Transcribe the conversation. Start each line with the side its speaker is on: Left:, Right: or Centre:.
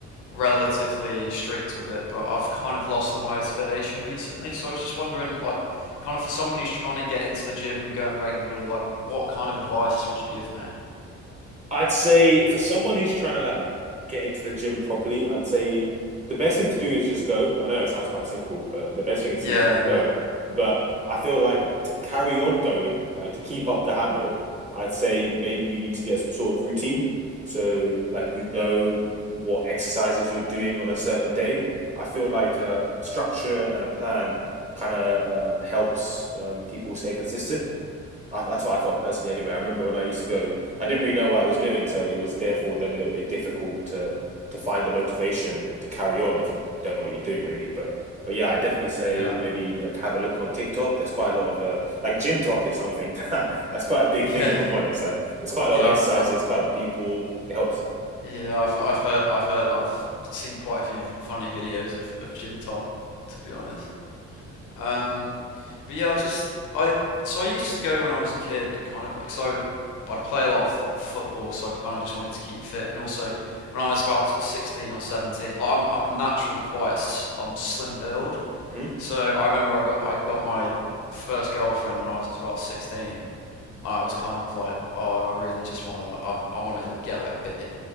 Left: relatively strict with it, but I've kind of lost all motivation recently. So I was just wondering like kind of for someone who's trying to get into the gym and going regularly, like what kind of advice would you give me?
Right: I'd say for someone who's trying to like get into the gym properly, I'd say the best thing to do is just go. I know it sounds quite simple, but the best thing is
Left: Yeah,
Right: to just go. But I feel like to carry on going, like to keep up the habit, I'd say maybe you need to get some sort of routine. So like you know what exercises you're doing on a certain day. I feel like a structure and a plan kind of um, helps um, people stay consistent. I, that's what I felt personally. Anyway, I remember when I used to go, I didn't really know what I was doing, so it was therefore then a little bit difficult to to find the motivation to carry on if you don't know what you're doing really. But but yeah, I definitely say
Left: yeah. Yeah.
Right: maybe
Left: <laughs>
Right: like have a look on TikTok. There's quite a lot of uh, like gym talk is something that, <laughs> that's quite a big
Left: Yeah.
Right: thing if I'm
Left: Yeah,
Right: honest. Like there's quite a
Left: yeah,
Right: lot of
Left: I've,
Right: exercises,
Left: I've
Right: quite a lot of people. It helps.
Left: yeah, I've I've heard I've heard I've seen quite a few funny videos of of gym top, to be honest. Um But yeah, I just I so I used to go when I was a kid, kind of like so I'd play a lot of football, so I kind of just wanted to keep fit. And also, when I was about 16 or 17, like I'm I'm naturally quite a s- I'm slim build,
Right: Mhm.
Left: so I remember I got I got my first girlfriend when I was about 16. I was kind of like, oh, I really just want to like i I want to get like big.